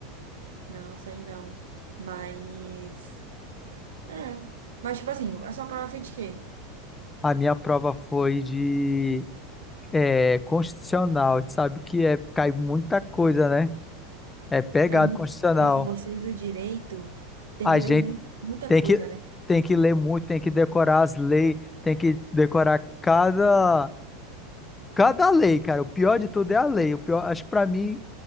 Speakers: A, on the right; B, on the left.
A: Não, sei não. Mas, é. Mas, tipo assim, a sua prova foi de quê?
B: A minha prova foi de é, constitucional. Tu sabe que é, cai muita coisa, né? É pegado
A: É muito...
B: constitucional.
A: Nossa, vocês o direito tem
B: A
A: que ler
B: gente
A: muito, muita
B: tem
A: coisa,
B: que,
A: né?
B: tem que ler muito, tem que decorar as leis, tem que decorar cada, cada lei, cara. O pior de tudo é a lei. O pior, acho que pra mim,